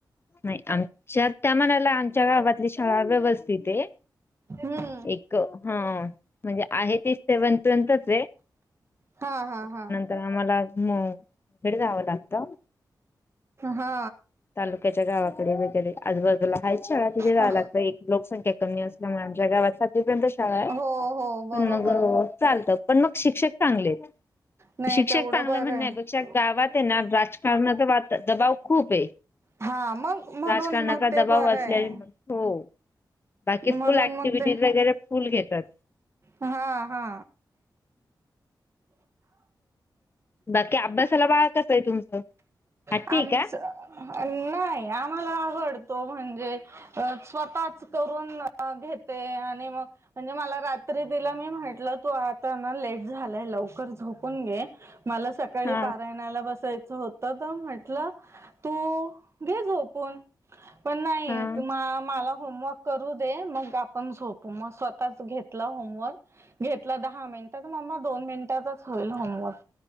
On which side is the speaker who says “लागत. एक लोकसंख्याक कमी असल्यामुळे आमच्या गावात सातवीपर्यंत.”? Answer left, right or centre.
Left